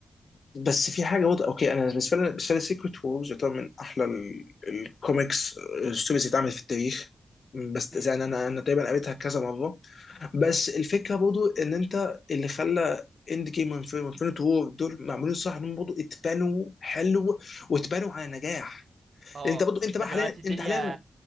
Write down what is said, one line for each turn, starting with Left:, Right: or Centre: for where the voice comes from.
Left: بس في حاجه واضحه اوكي انا بالنسبه لي بالنسبه لي سيكريت وورز يعتبر من احلى ال- الكوميكس ستوريز اللي اتعملت في التاريخ بس
Right: امم
Left: يعني انا انا تقريبا قريتها كذا مره بس الفكره برضو ان انت اللي خلى اند جيم وانفينيت وور دول معمولين صح انهم برضو اتبنوا حلو واتبنوا على نجاح
Right: اه
Left: انت برضو انت
Right: انت
Left: بقى
Right: دلوقتي
Left: حاليا
Right: الدنيا
Left: انت حاليا